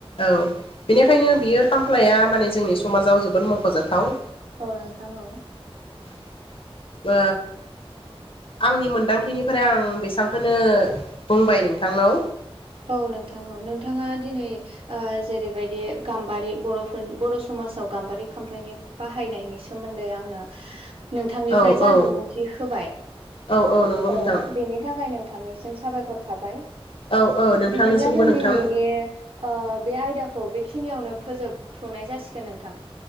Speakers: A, on the left (about 60°); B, on the right (about 65°).
A: औ बेनिखायनो बियो खामफ्लाया माने जोंनि समाजाव जोबोद मख'जाथाव।
B: औ नोंथां औ।
A: ओ आंनि मोनदांथिनिफ्राय आं बेसांखौनो। बुंबाय नोंथांनाव
B: औ नोंथां औ नोंथाङा दिनै। ओ जेरैबायदि गाम्बारि बर'फोरनि बर' समाजाव गाम्बारि खामफ्लायनि बाहायनायनि सोमोन्दै। न्दै आंङो। नोंथांनिफ्राय
A: औ
B: जा
A: औ
B: बिबुंथि होबाय
A: औ नंगौ
B: औ
A: नोंथां
B: बेनि थाखाय नोंथांनिसिम। साबायखर थाबाय।
A: औ औ नोंथांनिसिमबो
B: बिदिब्ला जों
A: नोंथां
B: दिनैनि ओ बे आयदाखौ बेखिनियावनो फोजोब। थ नाय जासिगोन नोंथां।